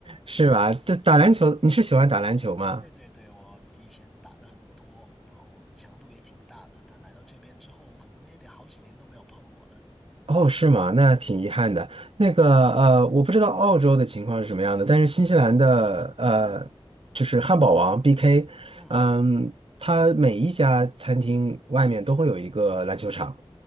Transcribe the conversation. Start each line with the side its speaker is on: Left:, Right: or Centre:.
Right: 是吧？这打篮球，你是喜欢打篮球吗？
Centre: 对对对，我以前打的很多，然后强度也挺大的，但来到这边之后，可能也得好几年都没有碰过了。
Right: 哦，是吗？那挺遗憾的。那个呃，我不知道澳洲的情况是什么样的，但是新西兰的呃，就是汉堡王 BK，
Centre: 嗯，
Right: 嗯，它每一家餐厅外面都会有一个篮球场，